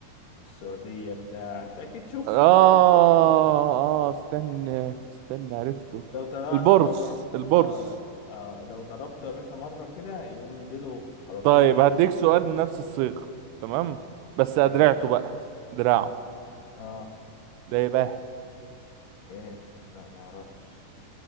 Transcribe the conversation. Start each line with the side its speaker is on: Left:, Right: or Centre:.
Left: في السعودية بتاع انت اكيد شفته
Right: اه
Left: في البيت
Right: اه استنى استنى عرفته
Left: ولو طلع...
Right: البرص
Left: لو ضربت
Right: البرص
Left: آه... آه... آه، لو ضربته يا باشا مرة كده يقوم ديله على
Right: طيب
Left: طول ايه
Right: هديك سؤال بنفس الصيغة تمام بس أدرعته
Left: حلو.
Right: بقى دراعه
Left: اه
Right: ده يبقى
Left: ايه لا ما اعرفش